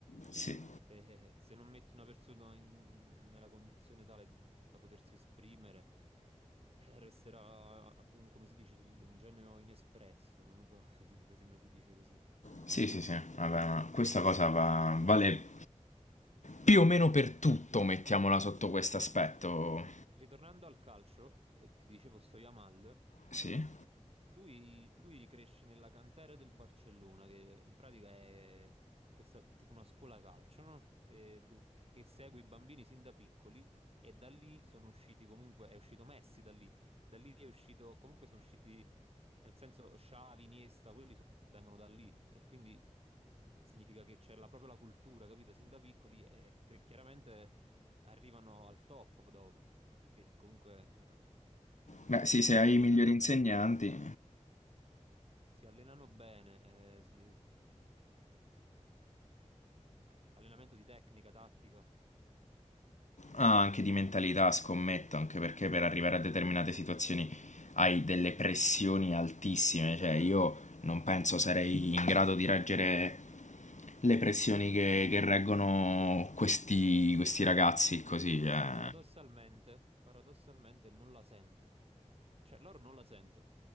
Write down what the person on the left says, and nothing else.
Sì,
sì, sì, sì. Vabbè, ma questa cosa va- vale più o meno per tutto, mettiamola sotto questo aspetto.
Sì?
Beh, sì, se hai
i migliori insegnanti.
Ah, anche di mentalità, scommetto, anche perché per
arrivare a determinate situazioni hai delle pressioni altissime, cioè io non penso sarei in grado di reggere le
pressioni che, che reggono questi, questi ragazzi così, eh.